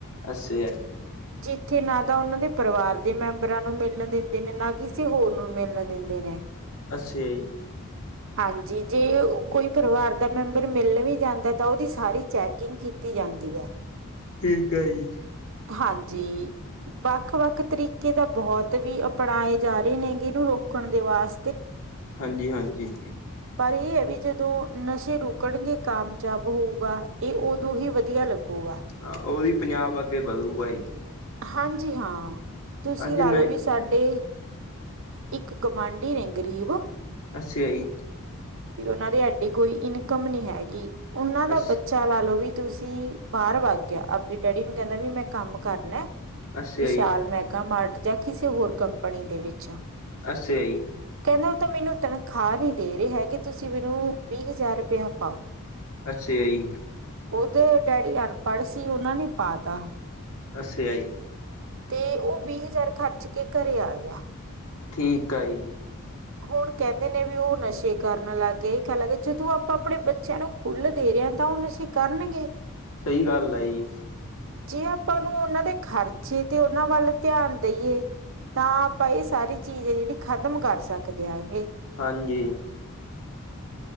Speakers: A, on the left (about 70°); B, on the right (about 60°).
A: ਅੱਛਾ ਜੀ
B: ਜਿੱਥੇ ਨਾ ਤਾਂ ਉਹਨਾਂ ਦੇ ਪਰਿਵਾਰ ਦੇ ਮੈਂਬਰਾਂ ਨੂੰ ਮਿਲਣ ਦਿੰਦੇ ਨੇ, ਨਾ ਕਿਸੇ ਹੋਰ ਨੂੰ ਮਿਲਣ ਦਿੰਦੇ ਨੇ।
A: ਅੱਛਿਆ ਜੀ।
B: ਹਾਂਜੀ, ਜੇ ਕੋਈ ਪਰਿਵਾਰ ਦਾ ਮੈਂਬਰ ਮਿਲਣ ਵੀ ਜਾਂਦਾ ਤਾਂ ਉਹਦੀ ਸਾਰੀ ਚੈਕਿੰਗ ਕੀਤੀ ਜਾਂਦੀ ਐ।
A: ਠੀਕ ਐ ਜੀ।
B: ਹਾਂਜੀ। ਵੱਖ-ਵੱਖ ਤਰੀਕੇ ਦਾ ਬਹੁਤ ਵੀ ਅਪਣਾਏ ਜਾ ਰਹੇ ਨੇਗੇ, ਇਹਨੂੰ ਰੋਕਣ ਦੇ ਵਾਸ-
A: ਹਾਂਜੀ, ਹਾਂਜੀ।
B: ਪਰ ਇਹ ਐ ਵੀ ਜਦੋਂ ਨਸ਼ੇ ਰੁਕਣਗੇ ਕਾਮਯਾਬ ਹੋਊਗਾ। ਇਹ ਉਦੋਂ ਹੀ ਵਧੀਆ ਲੱਗੂਗਾ।
A: ਆ ਉਹਦੀ ਪੰਜਾਬ ਅੱਗੇ ਵਧੂਗਾ ਜ
B: ਹਾਂਜੀ। ਹਾਂ, ਤੁਸੀਂ
A: ਅੱਜ
B: ਲਾ
A: ਨਹੀਂ
B: ਲਓ ਵੀ ਸਾਡੇ--ਇੱਕ ਗੁਵਾਂਢੀ ਨੇ ਗਰੀਬ।
A: ਅੱਛਾ ਜੀ।
B: ਵੀ ਉਹਨਾਂ ਦੇ ਐਡੀ ਕੋਈ ਇਨਕਮ ਨੀ ਹੈਗੀ। ਉਹਨਾਂ ਦਾ
A: ਅਸ
B: ਬੱ ਚਾ ਲਾ ਲੋਓ ਵੀ ਤੁਸੀਂ ਬਾਹਰ ਵਾਗ ਗਿਆ। ਆਪਣੇ ਡੈਡੀ ਨੂੰ ਕਹਿੰਦਾ ਵੀ ਮੈਂ ਕੰਮ ਕਰਨਾ ਐ।
A: ਅੱਛਾ
B: ਵਿਸ਼ਾਲ
A: ਜੀ
B: ਮੈਗਾ ਮਾਰਟ ਜਾਂ ਕਿਸੇ ਹੋਰ ਕੰਪਨੀ ਦੇ ਵਿੱਚ
A: ਅੱਛਾ ਜੀ।
B: ਕਹਿੰਦਾ- ਉਹ ਤਾਂ ਮੈਨੂੰ ਤਨਖਾਹ ਨੀ ਦੇ ਰਹੇ ਹੈਗੇ। ਤੁਸੀਂ ਮੈਨੂੰ ਵੀਹ ਹਜ਼ਾਰ ਰੁਪਇਆ ਪਾਓ।
A: ਅੱਛਾ ਆ ਜੀ।
B: ਉਹਦੇ ਡੈਡੀ ਅਨਪੜ੍ਹ ਸੀ। ਉਹਨਾਂ ਨੇ ਪਾਤਾ।
A: ਅੱਛੇ ਆ ਜੀ।
B: ਤੇ ਉਹ ਵੀਹ ਹਜ਼ਾਰ ਖਰਚ ਕੇ ਘਰੇ ਆ ਗਿਆ।
A: ਠੀਕ ਆ ਜੀ।
B: ਹੁਣ ਕਹਿੰਦੇ ਨੇ ਵੀ ਉਹ ਨਸ਼ੇ ਕਰਨ ਲੱਗ ਗਏ, ਕ ਲੱਗੇ ਜਦੋਂ ਆਪਾਂ ਆਪਣੇ ਬੱਚਿਆਂ ਨੂੰ ਖੁੱਲ ਦੇ ਰਿਹਾ ਆ, ਤਾਂ ਹੁਣ ਅਸੀਂ ਕਰਨਗੇ।
A: ਸਈ ਗੱਲ ਆ ਜੀ।
B: ਜੇ ਆਪਾਂ ਨੂੰ ਉਹਨਾਂ ਦੇ ਖ਼ਰਚੇ ਤੇ ਉਹਨਾਂ ਵੱਲ ਧਿਆਨ ਦੇਈਏ ਤਾਂ ਆਪਾਂ ਇਹ ਸਾਰੀ ਚੀਜ਼ ਐ, ਜਿਹੜੀ ਖ਼ਤਮ ਕਰ ਸਕਦੇ ਆਂਗੇ।
A: ਹਾਂਜੀ।
B: <unintelligible> <inaudible>